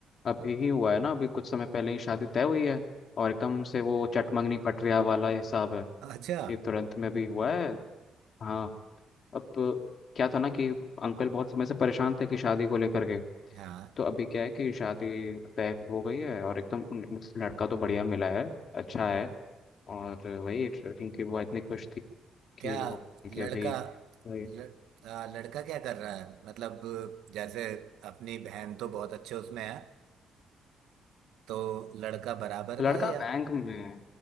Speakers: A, on the left (about 50°); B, on the right (about 85°).
A: अभी ही हुआ है ना अभी कुछ समय पहले ही शादी तय हुई है और एकदम से वो चटमंगनी पटरिया वाला हिसाब है
B: अच्छा
A: कि तुरंत में भी हुआ है हाँ अब तो क्या था ना कि अंकल बहुत समय से परेशान थे कि शादी को लेकर के
B: हाँ
A: तो अभी क्या है कि शादी तय हो गई है और एकदम लड़का तो बढ़िया मिला है अच्छा है और वही रिंकी बुआ इतनी खुश थी कि
B: क्या
A: वो
B: लड़का
A: कि अभी वही
B: लड़, आ, लड़का क्या कर रहा है मतलब जैसे अपनी बहन तो बहुत अच्छे उसमें है तो लड़का बराबर
A: लड़का
B: का है या
A: बैंक में है